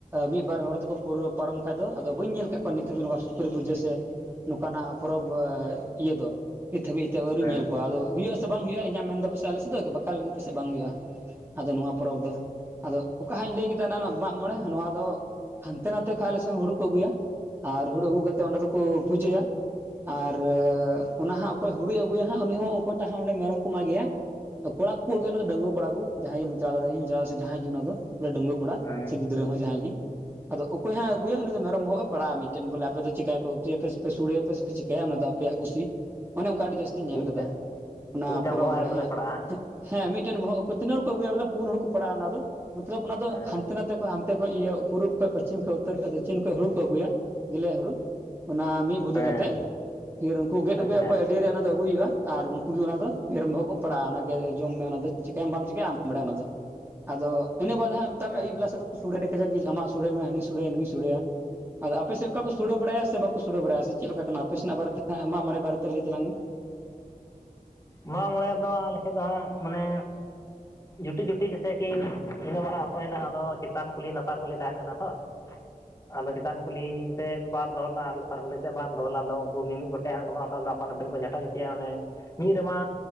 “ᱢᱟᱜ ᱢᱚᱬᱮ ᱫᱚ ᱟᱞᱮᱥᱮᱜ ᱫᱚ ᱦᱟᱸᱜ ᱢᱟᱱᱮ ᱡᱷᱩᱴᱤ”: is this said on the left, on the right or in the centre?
Left